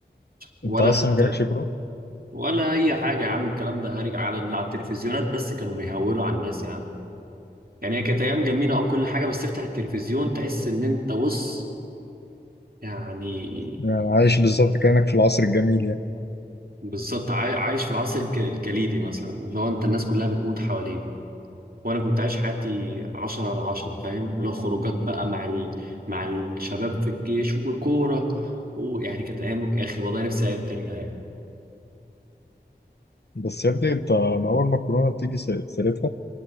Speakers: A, on the right; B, on the left.
A: ولا
B: انت اصلا
A: خدت
B: مجالك شكره
A: ولا اي حاجه يا عم الكلام ده هاري على على التلفزيونات بس كانوا بيهولوا على الناس يا عم يعني هي كانت ايام جميله او كل حاجه بس تفتح التلفزيون تحس ان انت بص يعني
B: يعني عايش بالظبط كأنك في العصر الجميل يعني
A: بالظبط عاي- عايش في العصر الج- الجليدي مثلا اللي هو انت الناس كلها بتموت حواليك وانا كنت عايش حياتي عشرة على عشرة فاهم اللي هو خروجات بقى مع ال... مع الشباب في الجيش والكورة ويعني كانت ايام يا اخي والله نفسي ايام ترجع يعني
B: بس يا ابني انت انا اول ما الكورونا بتيجي س- سيرتها